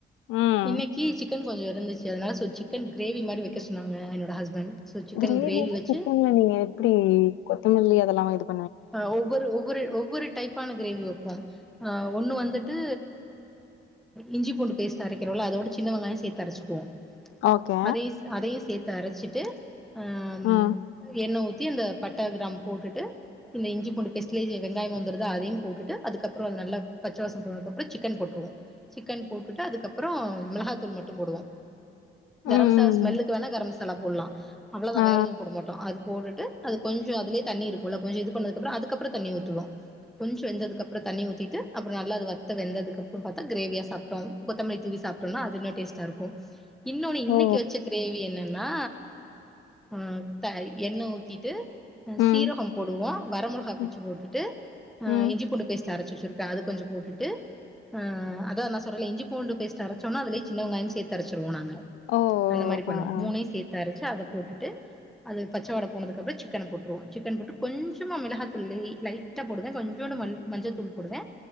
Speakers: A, on the left; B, in the centre.
A: ம்
B: இன்னிக்கு சிக்கன் கொஞ்ச இருந்துச்சு அதனால ஸ் சிக்கன் கிரேவி மாரி வக்க சொன்னாங்க என்னோட ஹஸ்பண்ட் சோ சிக்கன்
A: கிரேவினா
B: கிரேவி வச்சு
A: சிக்கன்ல நீங்க எப்டி கொத்தமல்லி அதெல்லாமா இது ப்
B: ஆ ஒவ்வொரு ஒவ்வொரு ஒவ்வொரு டைப் பான கிரேவி வப்போ அ ஒன்னு வந்துட்டு இஞ்சி பூண்டு பேஸ்ட் அரக்கிறோல அது ஓட சின்ன வெங்காய சேத்து அரச்சுக்குவோ
A: ஓகே
B: அதையு ஸ் அதையு சேத்து அரச்சசுட்டு அஹ்
A: ம்
B: எண்ண ஊ த்தி அந்த பட்ட கிராம் போட்டுட்டு இந்த இஞ்சி பூண்டு பெஸ்ட்லயே வெங்காயமு வந்துருதா அதையு போட்டுட்டு அதுக்கப்புற அத நல்ல பச்சவாசம் போனதுக்கப்புற சிக்கன் போட்றுவோ சிக்கன் போட்டுட்டு அதுக்கப்புற மிளகாத்தூள் மட்டு போடுவோ
A: ம்
B: கரம்சாலா ஸ்மெல்லுக்கு
A: ம் ம்.
B: வேணா கரம் மசாலா போடலா அவ்ளோதா
A: ஆ
B: வேற எதுவு போட மாட்டோ அது போட்டுட்டு அது கொஞ்ச அதுலயே தண்ணி இருக்குல கொஞ்ச இது பண்ணதுகப்ற அதுக்கப்புற தண்ணி ஊத்துவோ கொஞ்ச வெந்ததுக்கு அப்புற தண்ணி ஊத்திட்டு அப்பற நல்லா அது வத்த வெந்ததுக்கப்புற பாத்தா கிரேவியா சாப்டோ கொத்தமல்லி தூவி ஸ் சாப்டோனா அது இன்னு டேஸ்டா இருக்கு இன்னொன்னு இன்னைக்கு
A: ஓ
B: வச்ச கிரேவி என்ன னா அ எண்ணெ ஊத்திட்டு
A: ம்
B: சீரகம் போடுவோ வர மிளகா
A: ம்
B: பிச்சு போட்டுட்டு அஹ்
A: ம்.
B: இஞ்சிபூண்டு பேஸ்ட் அரச்சு வச்சிருப்பே அது கொஞ்ச போட்டுட்டு ஆஹ் அத நா சொல்றல இஞ்சிபூண்டு பே்ஸ்ட அரச்சோனா அதுலயே சின்னவெங்காயமும் சேத்து அரச்சிருவோ நாங்க
A: ஓ
B: அந்த மாரி பண்ணுவோ
A: ஆ ஆ
B: மூணயும் சேத்து அரச்சு ட அத போட்டுட்டு அது பச்சைவாடை போனதுக்குப்புற சிக்கன போட்டுருவோ சிக்கன போட்டு கொஞ் சமா மிளகா தூள் லே லைட்டா போடுவே கொஞ்சோன்டு ம மஞ்சள் தூள் போடுவே